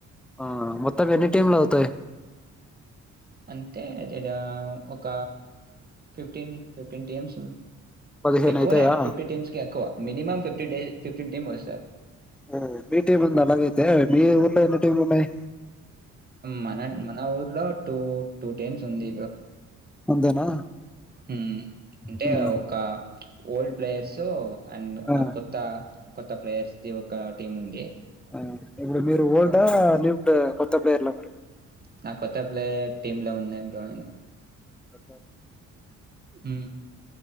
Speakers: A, in the centre; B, on the right (about 30°).
A: ఆ మొత్త మీ ఎన్ని టైమ్లావుతయ
B: అంటేదద ఒక ఫిఫ్టీన్ ఫిఫ్టీన్ టీమ్స్
A: పదిహేను
B: ఎక్కువనే
A: అయితాయా
B: ఫిఫ్టీ టీమ్స్ క ఎక్కువ మినిమమ్ ఫిఫ్టీ డ ఫిఫ్టీన్ టీమ్ వస్త సార్
A: ఓ మీ టీమ్ అలాగైతే మీ ఊర్లో ఏన్ని టీమ్ ఉన్నాయి
B: మన మన ఊర్లో టూ టూ టైమ్స్ ఉంది
A: అంతేనా
B: హ్మ అంటే
A: ఉమ్
B: ఒక ఓల్డ్ ప్లేయర్స్ అండ్
A: ఆ
B: కొత్తా కొత్త ప్లేయర్స్ ది ఒక టీం ఉంది
A: అ ఇప్పుడు మీరు ఓల్డా న్యూడా కొత్త ప్లేర్లా మరీ
B: నా కొత్త ప్లేయర్ టీమ్ లో ఉన్నాం బ్రోను
A: కొత
B: ఉ